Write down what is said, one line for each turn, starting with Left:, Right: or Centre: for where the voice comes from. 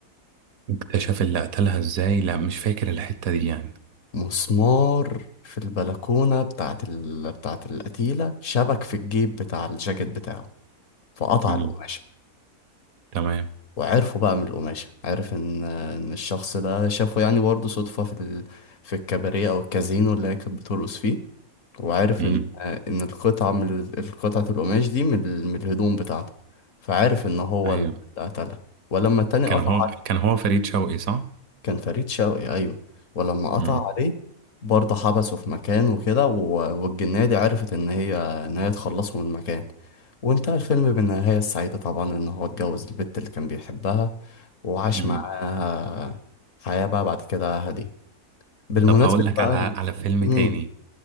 Right: اكتشف اللي قتلها ازاي لا مش فاكر الحته دي يعني
Left: مسمار في البلكونة بتاعت ال... بتاعت القتيلة شبك في الجيب بتاع الجاكيت بتاعه فقطع
Right: أمم،
Left: القماشة
Right: تمام
Left: وعرفه بقى من القماشة عرف إن إن الشخص ده شافه يعني برضه صدفة في ال... في الكباريه أو الكازينو اللي هي كانت بترقص فيه وعارف
Right: أمم،
Left: ان ان القطعه من ال- قطعه القماش دي من ال- من الهدوم بتاعته فعارف ان هو
Right: ايوه
Left: اللي قتلها ولما التاني
Right: كان
Left: قطع
Right: هو
Left: عليه
Right: كان هو فريد شوقي صح
Left: كان فريد شوقي ايوه ولما قطع
Right: أمم،
Left: عليه برضه حبسه في مكان وكده و- والجنية دي عرفت ان هي ان هي تخلصه من المكان وانتهى الفيلم بالنهاية السعيدة طبعا ان هو اتجوز البت اللي كان بيحبها وعاش
Right: أمم.
Left: معاها حياة بقى بعد كده هادية بالمناسبة
Right: طب هقول لك
Left: بقى
Right: على
Left: ال-
Right: على فيلم
Left: مم،
Right: تاني